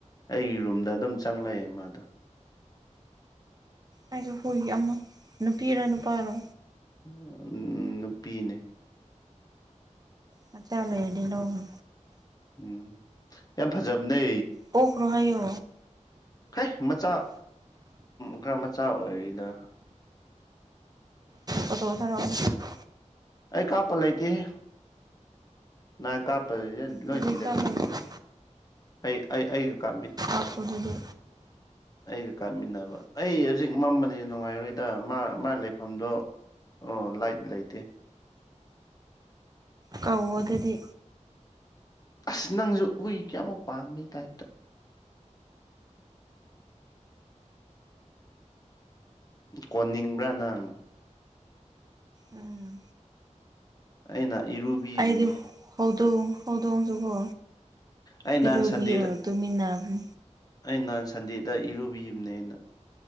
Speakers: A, on the left; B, on the right.
A: ꯑꯩꯒꯤ ꯔꯨꯝꯗ ꯑꯗꯨꯝ ꯆꯪꯂꯛꯑꯦ ꯃꯥꯗꯣ
B: ꯑꯩꯖꯨ ꯍꯣꯏꯒꯤ ꯑꯃ ꯅꯨꯄꯤꯔꯣ ꯅꯨꯄꯥꯔꯣ
A: ꯎꯝ ꯅꯨꯄꯤꯅꯦ
B: ꯃꯆꯥ ꯂꯩꯔꯗꯤ ꯂꯧꯅꯨ
A: ꯎꯝ ꯌꯥꯝ ꯐꯖꯕꯅꯦ
B: ꯇꯣꯛꯈ꯭ꯔꯣ ꯍꯥꯏꯌꯨ
A: ꯍꯦ ꯃꯆꯥ ꯈꯔ ꯃꯆꯥ ꯑꯣꯏꯔꯤꯗ
B: ꯐꯣꯇꯣ ꯊꯔꯛꯑꯣ
A: ꯑꯩ ꯀꯥꯞꯄ ꯂꯩꯇꯦꯍꯦ ꯅꯥꯏꯟ ꯀꯥꯞ <unintelligible> ꯂꯣꯏ
B: ꯍꯧꯖꯤꯛ
A: ꯗꯤꯂꯦꯠ
B: ꯆꯠꯂꯒ
A: ꯆꯠꯂꯦ ꯑꯩ ꯑꯩ ꯑꯩꯒ ꯀꯥꯞꯃꯤꯟ
B: ꯑꯖ ꯑꯗꯨꯗꯤ
A: ꯑꯩꯒ ꯀꯥꯞꯃꯤꯟꯅꯕ ꯑꯩ ꯍꯧꯖꯤꯛ ꯃꯝꯕꯅꯤ ꯅꯨꯡꯉꯥꯏꯔꯣꯏꯗ ꯃꯥ ꯃꯥ ꯂꯩꯐꯝꯗꯣ ꯑꯣ ꯂꯥꯏꯠ ꯂꯩꯇꯦ
B: ꯀꯧ ꯋꯣ ꯑꯗꯨꯗꯤ
A: ꯑꯁ ꯅꯪꯖꯨ ꯍꯨꯏ ꯀꯌꯥꯃꯨꯛ ꯄꯥꯝꯕꯩ ꯇꯥꯏꯞꯇ ꯀꯣꯟꯅꯤꯡꯕ꯭ꯔꯥ ꯅꯪ
B: ꯎꯝ
A: ꯑꯩꯅ ꯏꯔꯨꯕꯤꯕꯅꯦ
B: ꯑꯩꯗꯤ ꯍꯧꯗꯣꯡ ꯍꯧꯗꯣꯡꯖꯨꯀꯣ
A: ꯑꯩ
B: ꯏꯔꯨꯕꯤꯔꯥ
A: ꯅꯍꯥꯟ ꯁꯟꯗꯦꯗ
B: ꯇꯨꯃꯤꯟꯅꯕꯅꯦ
A: ꯑꯩ ꯅꯍꯥꯟ ꯁꯟꯗꯦꯗ ꯏꯔꯨꯕꯤꯕꯅꯦꯅ